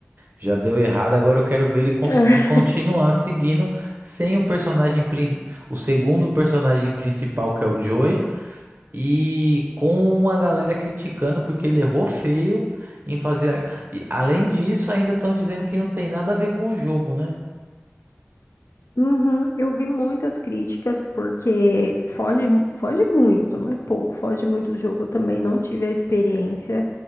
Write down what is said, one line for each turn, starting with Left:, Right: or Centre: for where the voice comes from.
Right: Já deu errado, agora eu quero ver ele conseguir
Left: <laughs>
Right: continuar seguindo sem o personagem, prin- o segundo personagem principal, que é o Joey, e com uma galera criticando porque ele errou feio em fazer. a- e além disso, ainda estão dizendo que não tem nada a ver com o jogo, né?
Left: Uhum, eu vi muitas críticas porque foge, foge muito, não é pouco, foge muito do jogo. Eu também não tive a experiência,